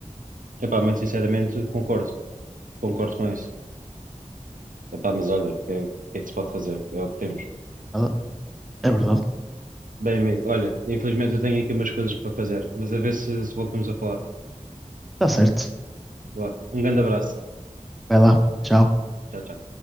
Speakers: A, on the right (about 85°); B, in the centre.
A: Epá, muito sinceramente, concordo. Concordo com isso. Epá, mas olha, o que, é o que é que se pode fazer? É o que temos.
B: Ah, É verdade.
A: Bem, amigo, olha, infelizmente eu tenho aqui umas coisas para fazer, mas a ver se, se voltamos a falar.
B: Está certo.
A: Vá, um grande abraço.
B: Vai lá. Tchau.
A: Tchau, tchau.